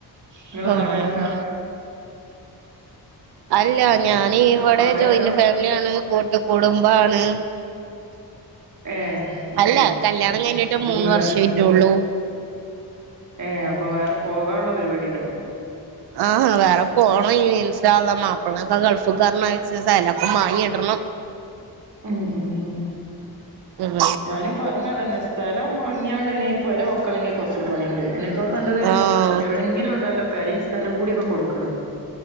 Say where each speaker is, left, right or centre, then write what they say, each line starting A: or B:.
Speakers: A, on the right; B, on the right.
A: ഇങ്ങള്
B: ആഹ്
A: വാടകെക്കാ?
B: അല്ല ഞാനീ ഇവടെ
A: വാടകക്കാ
B: ജോയിൻ്റ് ഫാമിലി യാണ് കൂട്ടു കുടുംബാണ്
A: ഏ അത്
B: അല്ല
A: ശരി
B: കല്ല്യാണം കഴിഞ്ഞിട്ട്
A: അപ്പൊ
B: മൂന്ന്
A: ഇനി വേ
B: വർഷേയായിട്ടൊള്ളൂ
A: ഏഹേ അപ്പൊ വേറെ പോകാള്ളെ പരിവാടിയിലാവും
B: ആഹ വേറെ പോണൈഞ് ഇൻഷാഅല്ലാഹ് മാപ്പ ൾനൊക്കെ ഗൾഫ്ക്കർഞേച്ച് സ്ഥലൊക്കെ മാങ്ങിടണം
A: ഉം ഉം ഉം
B: ഉം
A: ഞാനുപ്പൊ പറഞ്ഞതെന്നെ സ്ഥലം മാങ്ങിയാണ്ട് പിനെ പൊര വെക്കണങ്കി കൊറച്ച് പണിണ്ട് ഇപ്പൊ നല്ലത്
B: ആഹ്
A: എവിടെങ്കിലുണ്ടാവല്ലോ പെരിം സ്ഥലുകൂടിയൊക്കെ കൊട്ക്ണെ